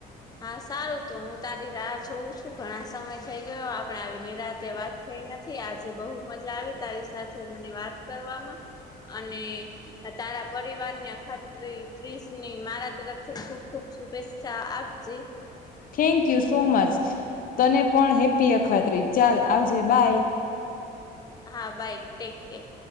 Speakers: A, on the left (about 25°); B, on the left (about 55°).
A: હા સારું તોું હું તારી રાહ જોઉં છું ઘણા સમય થઈ ગયો આપણે આવીની રાતે વાત થઈ નથી આજે બહુ મજા આવી તારી સાથે મને વાત કરવામાં અને તારા પરિવારને અખત્રી ત્રીજની મારા તરફથી ખુબ ખુબ શુભેચ્છા આપ આપ જે
B: થેન્ક યુ સો મચ તને પણ હેપી અખાત્રી ચાલ આવજે બાય
A: હા બાઈ ટેક કેર